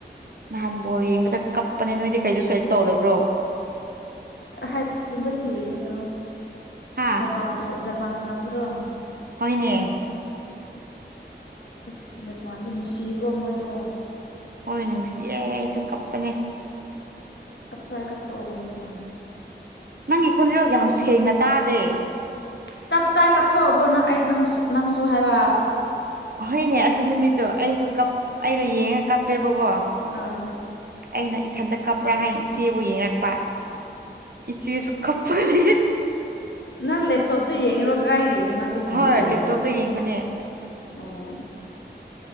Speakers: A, on the right; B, on the left.
A: ꯅꯍꯥꯟ ꯕꯣꯜ ꯌꯦꯡꯕꯗ ꯀꯞꯄꯅꯦ ꯅꯣꯏꯗꯤ ꯀꯩꯗ ꯁꫭꯏꯗ ꯇꯧꯗꯕ꯭ꯔꯣ꯫
B: ꯍꯥꯏꯒꯨꯝꯕꯗꯤ ꯌꯦꯡꯉꯦ ꯑꯗꫭ
A: ꯍꯥ
B: ꯖꯄꯥꯟ ꯁꯠ ꯖꯄꯥꯟ ꯁꯅꯕꯗꯨꯔꯣ꯫
A: ꯍꫭꯏꯅꯦ꯫
B: ꯑꯁ ꯖꯄꯥꯟꯗꯣ ꯅꯨꯡꯁꯤꯀꯣ ꯃꯣꯏꯗꯣ꯫
A: ꯍꯣꯏ ꯅꯨꯡꯁꯤꯌꯦ ꯑꯩꯁꯨ ꯀꯞꯄꯅꯦ꯫
B: ꯇꯞ ꯇꯥꯏ ꯀꯞ ꯊꯣꯛꯣꯛꯑꯣꯕꯣ ꯅꯪꯁꯨ꯫
A: ꯅꯪꯒꯤ ꯈꯣꯟꯖꯦꯜꯗ ꯌꯥꯝ ꯁꯦꯡꯅ ꯇꯥꯗꯦ꯫
B: ꯇꯞ ꯇꯥꯏ ꯀꯥꯞꯊꯣꯛꯑꯕꯣ ꯅꯪ ꯑꯩ ꯅꯪꯁꯨ ꯅꯪꯁꯨ ꯍꯥꯏꯕ
A: ꯍꯣꯏꯅꯦ ꯑꯗꯨ ꯅꯨꯃꯤꯠꯇꯣ ꯑꯩꯁꯨ ꯀꯞ ꯑꯩꯗꯣ ꯌꯦꯡꯉ ꯀꯞꯄꯦꯕꯀꯣ
B: ꯑꯥ
A: ꯑꯩꯅ ꯏꯊꯟꯇ ꯀꯞꯄ꯭ꯔꯥ ꯍꯥꯏꯅ ꯏꯆꯦꯕꯨ ꯌꯦꯡꯉꯛꯄ ꯏꯆꯦꯁꯨ ꯀꯞꯄꯂꯤ
B: ꯅꯪ ꯂꯦꯞꯇꯣꯞꯇ ꯌꯦꯡꯉꯤꯔꯣ ꯀꯥꯏ ꯌꯦꯡꯉꯔꯣ ꯅꯪꯗꯤ ꯐꯣꯟꯗ
A: ꯍꯣꯏ
B: ꯌꯦꯡꯉꯔꯣ
A: ꯂꯦꯞꯇꯣꯞꯇ ꯌꯦꯡꯕꯅꯦ
B: ꯑꯣ